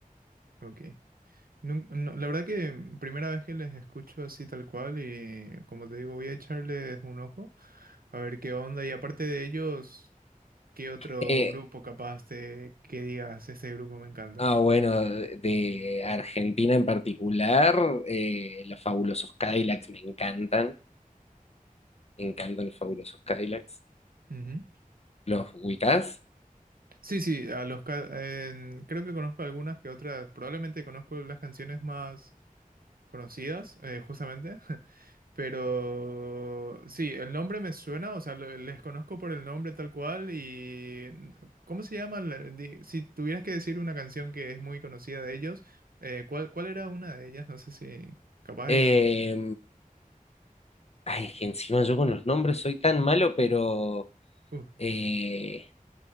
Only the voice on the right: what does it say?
Ok. Nun- no, la verdad que primera vez que les escucho así tal cual y como te digo voy a echarles un ojo a ver qué onda y aparte de ellos, ¿qué otro
grupo capaz te que digas este grupo me encanta?
Ujú.
Sí, sí, a los ca- en- creo que conozco algunas que otras, probablemente conozco las canciones más conocidas, eh, justamente, <laughs> pero sí, el nombre me suena, o sea, lo- les conozco por el nombre tal cual y ¿cómo se llama? la- di- Si tuvieras que decir una canción que es muy conocida de ellos, eh, ¿cuál, cuál era una de ellas? No sé si capaz
y...
uh.